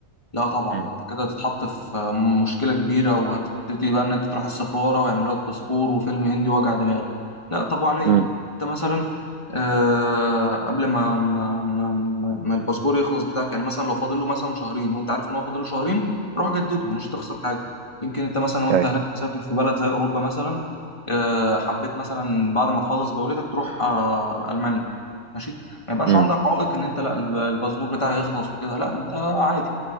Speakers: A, on the left (about 20°); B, on the right (about 65°).
A: لا طبعا
B: امم
A: ده انت كده هتتحط في مشكله كبيره وهتبتدي بقى ان انت تروح السفاره ويعملوا لك باسبور وفيلم هندي وجع دماغ لا طب وعلى ايه
B: امم
A: انت مثلا آه قبل ما ما, ما, ما ما الباسبور يخلص بتاعك يعني مثلا لو فاضل له مثلا شهرين وانت عارف ان هو فاضل له شهرين روح جدده مش هتخسر حاجه يمكن انت مثلا وانت
B: ايوه
A: هناك مسافر في بلد زي اوروبا مثلا آه حبيت مثلا بعد ما تخلص جولتك تروح آه المانيا ماشي ما يبقاش
B: مم.
A: عندك عائق ان انت لا الباسبور بتاعي يخلص وكده لا انت عادي